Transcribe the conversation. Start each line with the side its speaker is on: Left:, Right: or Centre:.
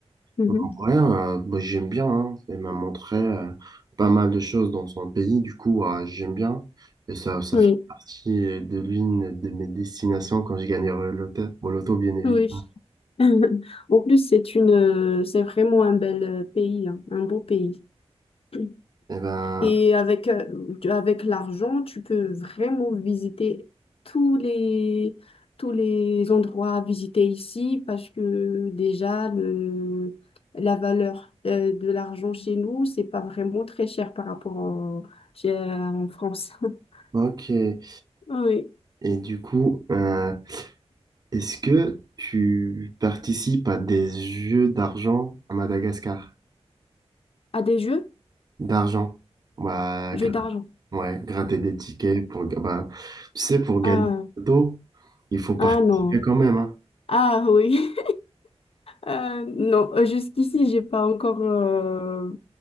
Left: mhm.
Right: Donc, En vrai, euh, moi, j'aime bien. hein. Elle m'a montré euh, pas mal de choses dans son pays. Du coup, euh, j'aime bien. Et ça, ça
Left: Oui,
Right: fait partie euh, de l'une de mes destinations quand je gagnerai au loto, au loto, bien évidemment.
Left: oui. <laughs> En plus, c'est une, euh, c'est vraiment un bel euh, pays, hein, un beau pays. <clears throat>
Right: Eh ben,
Left: Et avec, euh, tu- avec l'argent, tu peux vraiment visiter tous les, tous les endroits à visiter ici parce que déjà, le, la valeur euh, de l'argent chez nous, c'est pas vraiment très cher par rapport au- chez- en France. <laughs>
Right: ok. Et,
Left: Oui.
Right: et du coup, euh, Est-ce que tu participes à des jeux d'argent à Madagascar?
Left: À des jeux?
Right: D'argent. Bah,
Left: Jeux
Right: gra-
Left: d'argent.
Right: ouais, gratter des tickets pour, ga- bah, tu sais, pour gagner
Left: Ah,
Right: au loto, il faut participer
Left: ah non.
Right: quand même, hein.
Left: Ah oui. Euh, non, euh, jusqu'ici, j'ai pas encore euh,